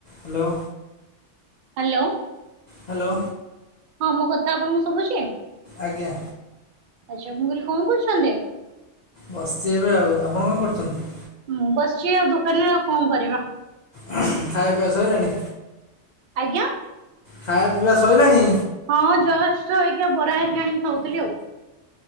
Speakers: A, on the left (about 55°); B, on the right (about 55°).
A: ହାଲୋ।
B: ହାଲୋ।
A: ହାଲୋ।
B: ହଁ ମୋ କଥା ଆପଣଙ୍କୁ ଶୁଭୁଛି?
A: ଆଜ୍ଞା।
B: ଆଚ୍ଛା ମୁଁ କହିଲି କଣ କରୁଛନ୍ତି?
A: ବସିଚି ଏବେ ଆଉ ଆପଣ କଣ କରୁଛନ୍ତି?
B: ମୁଁ ବସିଚି ଆଉ ଦୋକାନରେ ଆଉ କଣ କରିବା।
A: ଖାଇବା ପିଇବା ସଇଲାଣି?
B: ଆଜ୍ଞା।
A: ଖାଇବା ପିଇବା ସଇଲାଣି?
B: ହଁ ଜଷ୍ଟ ଏଇଖା ବରା ହେରିକା ଆଣିକି ଖାଉଥିଲି ଆଉ।